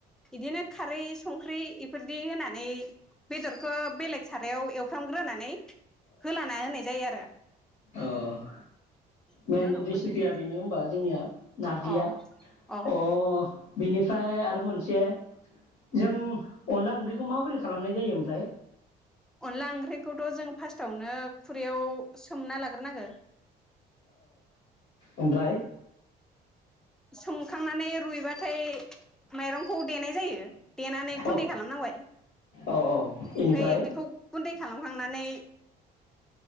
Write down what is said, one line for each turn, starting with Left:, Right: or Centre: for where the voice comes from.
Centre: इदिनो खारै संख्रि इफोरदि होनानै बेदर खो बेलेग सारायाव एवफ्रामग्रोनानै होलाना होनाय जायो आरो।
Left: ओह
Centre: बिनि
Left: मेन
Centre: उनाव
Left: रेसिपिया
Centre: मोननाय जायो
Left: बेनो हबा जोंनिया नारजिया
Centre: अ अ
Left: अह बेनिफ्राय आरो मोनसे जों अनला ओंख्रिखौ माबोरै खालामनाय जायो ओमफ्राय?
Centre: अनला ओंख्रिखौथ' जों फार्स्ट आवनो खुरैयाव सोमना लाग्रोनांगो।
Left: ओमफ्राय?
Centre: सोमखांनानै रुइबाथाय माइरंखौ देनाय जायो देनानै गुन्दै
Left: औ ओमफ्राय औ
Centre: खालामनांबाय
Left: औ औ बेनिफ्राय
Centre: ओमफाय बेखौ गुन्दै खालामखांनानै